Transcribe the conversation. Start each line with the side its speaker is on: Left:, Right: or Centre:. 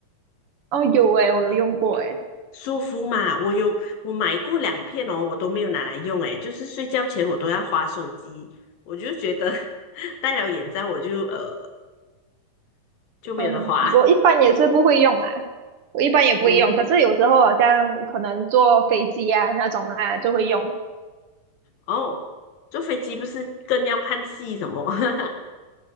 Right: 哦有诶，我有用过诶，
Left: 好舒服嘛，我有我买过两片哦，我都没有拿来用。诶，就是睡觉前我都要划手机，我就觉得 <laughs> 戴了眼罩我就呃就没有得划。
Right: 嗯，我一般也是不会用啊，我一般也不会用，
Left: 嗯，
Right: 可是有时候好像可能坐飞机啊那种啊就会用，
Left: 哦，坐飞机不是更要看戏什么，<laughs>